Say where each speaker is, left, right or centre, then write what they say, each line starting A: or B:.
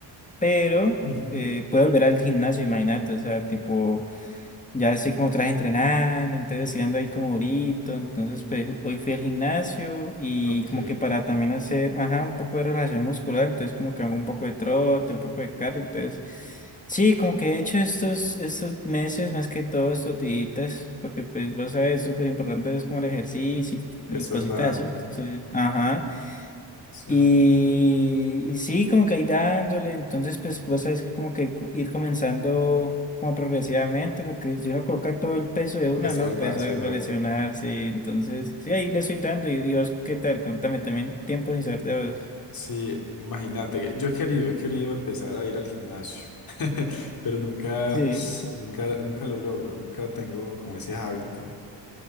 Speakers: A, on the left (about 20°); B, on the left (about 55°).
A: pero
B: Ujú.
A: eh, pude volver al gimnasio, imagínate, o sea, tipo... Ya estoy como tras entrenando, entonces sí ando ahí como durito. Entonces, pues ju- hoy fui al gimnasio y
B: Ok,
A: como que para también hacer, ajá, un poco de relajación muscular. Entonces, como que hago un poco de trote, un poco de cardio. Entonces, sí, como que he hecho estos, estos meses, más que todo estos días, porque pues vos sabes, es súper importante es como el ejercicio
B: es
A: y, y
B: verdad,
A: cositas así. Entonces, ajá.
B: es verdad.
A: Y, y sí, como que ahí dándole, entonces pues vos sabés que como que co- ir comenzando como progresivamente, porque si uno coloca todo el peso de una,
B: Es
A: ¿no?
B: verdad,
A: Pues
B: es
A: eso
B: verdad.
A: va a lesionarse, entonces sí, ahí le estoy dando. Y, y vos, ¿qué tal? Contame también tiempo sin saber de vos.
B: Sí, imagínate, yo he querido, he querido empezar a ir al gimnasio, <laughs> pero nunca,
A: Sí,
B: nunca, nunca lo logro, nunca tengo como ese hábito